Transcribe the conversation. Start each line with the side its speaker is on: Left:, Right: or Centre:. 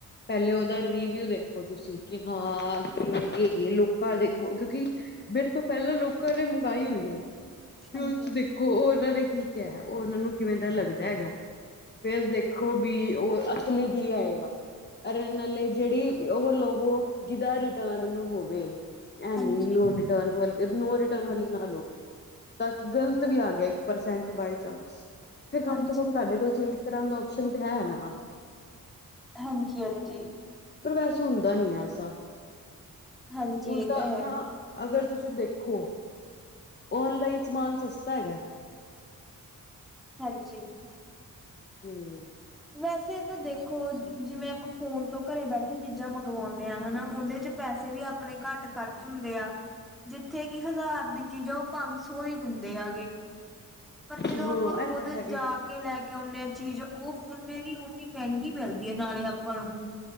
Left: ਪਹਿਲੇ ਉਹਦਾ ਰੀਵਿਊ ਦੇਖ ਖੋ ਤੁਸੀਂ ਕਿ ਹਾਂ ਕਿਵੇਂ, ਅੱਗੇ ਗੇ ਲੋਕਾਂ ਦੇਖੋ ਕਿਉਂਕਿ ਮੇਰੇ ਤੋਂ ਪਹਿਲਾਂ ਲੋਕ ਘਰੇ ਮੰਗਾਈ ਹੋਈ ਉਹ
Centre: ਹਾਂਜੀ-ਹਾਂਜੀ।
Left: <unintelligible> ਘੋ ਉਹ ਉਹਨਾਂ ਨੇ ਕੀ ਕਿਹਾ ਉਹ ਉਹਨਾਂ ਨੂੰ ਕਿਵੇਂ ਦਾ ਲੱਗਦਾ ਹੈਗਾ ਫਿਰ ਦੇਖੋ ਵੀ ਉਹ। ਅਸਲੀ ਕੀ ਆਏਗਾ। ਅਰੇ ਨਾਲੇ ਜਿਹੜੀ ਉਹ ਲਵੋ ਜਿਹਦਾ ਰਿਟਰਨ ਹੋਵੇ। ਐਵੇਂ
Centre: ਹਾਂਜੀ,
Left: ਨੋ ਨੋ ਰਿਟਰਨ ਵਾਲੀ ਨੋ ਰਿਟਰਨ ਵਾਲੀ ਨਾ ਲਓ। ਤਾਂ ਕਿ ਗ਼ਲਤ ਵੀ ਆ ਗਿਆ, ਇੱਕ ਪਰਸੈਂਟ ਬਾਏ ਚਾਂਸ ਫਿਰ ਕਮ
Centre: ਹਾਂਜੀ,
Left: ਤੋਂ ਕਮ ਤੁਹਾਡੇ ਕੋਲ ਚੇਂਜ ਕਰਾਂਨ ਦਾ ਓਪਸ਼ਨ ਤੇ ਹੈ ਨਾ,
Centre: ਹਾਂਜੀ, ਹਾਂਜੀ,
Left: ਪਰ ਵੈਸੇ ਹੁੰਦਾ ਨੀ ਹੈ, ਐਸਾ
Centre: ਹਾਂਜੀ
Left: ਹੁਣ
Centre: ਇਹ
Left: ਤਾਂ
Centre: ਹੈ,
Left: ਨਾ, ਅਗਰ ਤੁਸੀਂ ਦੇਖੋ, ਔਨਲਾਈਨ ਸਮਾਨ ਸਸਤਾ ਹੈਗਾ।
Centre: ਹਾਂਜੀ,
Left: ਹੂੰ,
Centre: ਵੈਸੇ ਤਾਂ ਦੇਖੋ, ਜਿਵੇਂ ਆਪਾਂ ਫੋਨ ਤੋਂ ਘਰੇ ਬੈਠੇ ਚੀਜ਼ਾਂ ਮੰਗਵਾਉਂਦੇ ਆ ਹਨਾ ਉਹਦੇ ਚ ਪੈਸੇ ਵੀ ਆਪਣੇ ਘੱਟ ਖਰਚ ਹੁੰਦੇ ਆ, ਜਿੱਥੇ ਕਿ ਹਜ਼ਾਰ ਦੀ। ਚੀਜ਼ਾਂ ਉਹ ਪੰਜ ਸੌ ਹੀ ਦਿੰਦੇ ਹੈਗੇ, ਪਰ ਜਦੋਂ
Left: ਹਾਂ
Centre: ਆਪਾਂ ਖੁਦ
Left: ਇਹ ਤਾਂ ਹੈ ਹੀ
Centre: ਜਾ ਕੇ ਕੇ ਲੈ ਕੇ ਆਉਨੇ ਆ ਚੀਜ਼ ਉਹ ਓਨੇ ਦੀ ਓਨੀ ਮਹਿੰਗੀ ਮਿਲਦੀ ਹੈ ਨਾਲੇ ਆਪਾਂ ਨੂੰ।